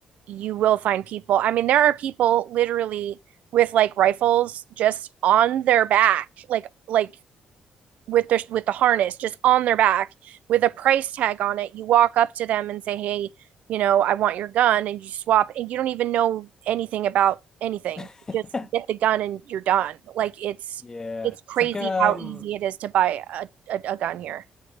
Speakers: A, on the right; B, on the left.
A: you will find people. I mean, there are people literally with like rifles just on their back, like, like, with their with the harness just on their back with a price tag on it you walk up to them and say hey you know i want your gun and you swap and you don't even know anything about anything
B: <laughs>
A: just get the gun and you're done like it's
B: Yeah.
A: it's crazy
B: It's like um
A: how easy it is to buy a, a, a gun here